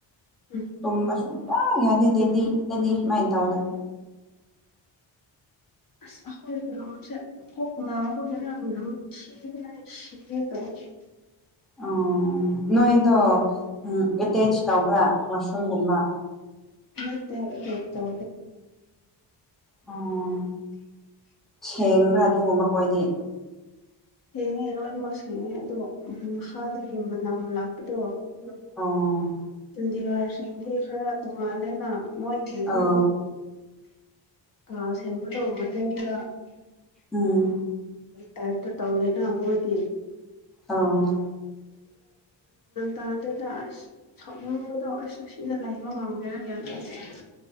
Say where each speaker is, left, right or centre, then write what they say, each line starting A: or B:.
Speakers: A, on the left; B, in the centre.
A: ꯎꯝ
B: ꯇ ꯁ ꯌꯥꯗꯤ ꯗꯦꯗꯤ ꯅꯗꯤꯁ ꯃ ꯏꯟ ꯇ ꯑꯣꯗ
A: ꯑ ꯍꯣꯏ ꯐ ꯉ ꯇ
B: ꯑꯣ ꯅꯣꯏꯗꯣ ꯎ ꯑꯦꯇꯦꯆ ꯇꯧꯕ꯭ꯔꯥ ꯋꯥꯁꯔꯨꯝꯒꯨꯝꯕ
A: ꯅꯠꯇ ꯀꯦ ꯇ
B: ꯑꯣ ꯁꯦꯡꯕ꯭ꯔꯥ ꯑꯗꯨꯒꯨꯝ ꯃꯈ ꯑꯩ ꯃꯈꯣꯏꯗꯤ
A: ꯁꯦꯡꯉꯦ ꯂꯣꯏꯅꯃꯛ ꯁꯦꯡꯉꯦ ꯑꯗꯣ ꯃꯈꯥ ꯅꯝ ꯂꯥꯛꯄꯗꯣ
B: ꯑꯣ
A: ꯆꯟꯗꯤꯒꯔꯁꯤꯡꯗꯤ ꯈꯔ ꯇꯣꯡꯉꯜꯂꯦꯅ ꯃꯣꯏꯈꯤ
B: ꯑꯣ
A: ꯀ ꯁꯦꯝ ꯁꯦꯝꯕꯗ ꯑꯣꯕꯗꯒ
B: ꯎꯝ
A: ꯇꯥꯏꯇ ꯇꯧꯔꯦꯅ ꯑꯃꯕ ꯂ
B: ꯑꯣ
A: ꯇ ꯁꯤꯗ ꯑꯁ ꯁꯥꯎꯅꯤꯡꯕꯗꯣ ꯑꯁ ꯑꯁꯤꯗ ꯂꯩꯕ ꯉꯝꯒꯦꯔ ꯀꯦꯗꯁ